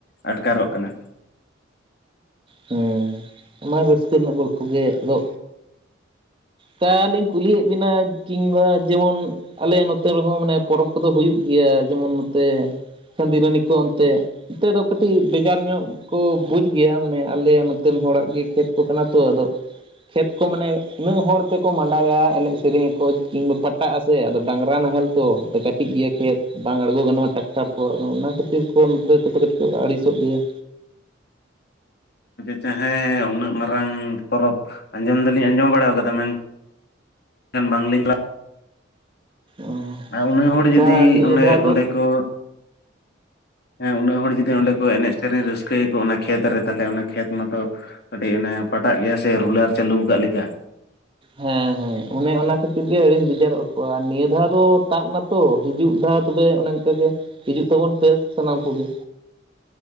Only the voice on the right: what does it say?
ᱦᱩᱸ ᱚᱱᱟ ᱨᱟᱹᱥᱠᱟᱹ ᱨᱮᱱᱟᱜ ᱜᱚᱞᱯᱷᱚ ᱜᱮ ᱟᱫᱚ ᱛᱟᱣᱞᱤᱧ ᱠᱩᱞᱤᱭᱮᱫ ᱵᱤᱱᱟ ᱠᱤᱱᱵᱟ ᱡᱮᱢᱚᱱ ᱟᱞᱮᱭᱟᱜ ᱱᱚᱛᱮ ᱨᱮᱦᱚᱸ ᱢᱟᱱᱮ ᱯᱚᱨᱚᱵᱽ ᱠᱚᱫᱚ ᱦᱩᱭᱩᱜ ᱜᱮᱭᱟ ᱡᱮᱢᱚᱱ ᱱᱚᱛᱮ ᱠᱷᱺᱫᱤ ᱨᱟᱱᱤ ᱠᱚ ᱚᱱᱛᱮ ᱱᱤᱛᱮᱫ ᱫᱚ ᱠᱟᱹᱴᱤᱡ ᱵᱮᱡᱟᱨ ᱧᱚᱜ ᱠᱚ ᱵᱩᱡᱽ ᱜᱮᱭᱟ ᱢᱟᱱᱮ ᱟᱞᱮᱭᱟ ᱱᱚᱛᱮᱱ ᱦᱚᱲᱟᱜ ᱜᱮ ᱠᱷᱮᱛ ᱠᱚ ᱠᱟᱱᱟ ᱛᱚ ᱟᱫᱚ ᱠᱷᱮᱛ ᱠᱚ ᱢᱟᱱᱮ ᱩᱱᱟᱹᱜ ᱦᱚᱲ ᱛᱮᱠᱚ ᱢᱟᱸᱰᱟᱭᱟ ᱮᱱᱮᱡ ᱥᱮᱨᱮᱧ ᱟᱠᱚ ᱛᱤᱧ ᱵᱟᱯᱟᱠ ᱚᱴᱟᱜ-ᱟ ᱥᱮ ᱟᱫᱚ ᱰᱟᱝᱨᱟ ᱱᱟᱦᱮᱞ ᱛᱚ ᱟᱫᱚ ᱠᱟᱹᱴᱤᱡ ᱜᱮᱭᱟ ᱠᱷᱮᱛ ᱵᱟᱝ ᱟᱬᱜᱳ ᱜᱟᱱᱚᱜᱼᱟ ᱴᱟᱠᱴᱟᱨ ᱠᱚ ᱟᱫᱚ ᱚᱱᱟ ᱠᱷᱟᱹᱛᱤᱨ ᱠᱚ ᱱᱚᱛᱮ ᱠᱚᱫᱚ ᱠᱟᱹᱴᱤᱡ ᱠᱚ ᱟᱹᱲᱤᱥᱚᱜ ᱜᱮᱭᱟ
ᱚ
ᱟᱪᱪᱷᱟ
ᱱᱤᱭᱟᱹ
ᱫᱷᱟᱣ ᱫᱚ
ᱦᱮᱸ ᱦᱮᱸ ᱚᱱᱮ ᱚᱱᱟ ᱠᱷᱟᱹᱛᱤᱨ ᱜᱮ ᱟᱹᱲᱤᱥ ᱵᱮᱡᱟᱨᱚᱜ ᱟᱠᱚ ᱟᱨ ᱱᱤᱭᱟᱹ ᱫᱷᱟᱣ ᱫᱚ ᱛᱟᱵ ᱱᱟ ᱛᱚ ᱦᱤᱡᱩᱜ ᱫᱷᱟᱣ ᱛᱚᱵᱮ ᱚᱱᱮ ᱚᱱᱠᱟᱜᱮ ᱦᱤᱡᱩᱜ ᱛᱟᱵᱚᱱ ᱯᱮ ᱥᱟᱱᱟᱢ ᱠᱚᱜᱮ